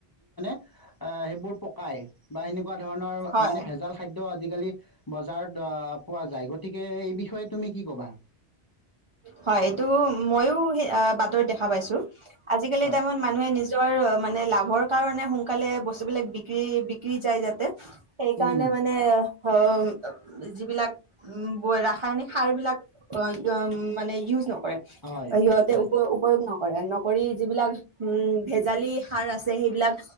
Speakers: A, on the left; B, on the right.
A: অ সেই পকাই সেনেকুৱা ধৰণৰ
B: হয়
A: মানে ভেজাল খাদ্য আজিকালি বজাৰত পোৱা যায় গতিকে এই বিষয়ে তুমি কি ক'বা?
B: হয় এইটো মইয়ো সেই বাতৰি দেখা পাইছো। আজিকালিৰ
A: হয়,
B: টাইমত মানুহে নিজৰ মানে লাভ। লাভৰ কাৰণে সোনকালে বস্তু বিলাক বিক্ৰী বিক্ৰী যায় যাতে। সেইকাৰণে
A: উম, উম,
B: মানে অ যিবিলাক উ ৰাসায়নিক সাৰ বিলাক হয় উম মানে ইউজ নকৰে
A: হয়,
B: সিহতে
A: হয়,
B: উপয়োগ নকৰে। কৰে নকৰি যিবিলাক উম ভেজালি সাৰ আছে সেইবিলাক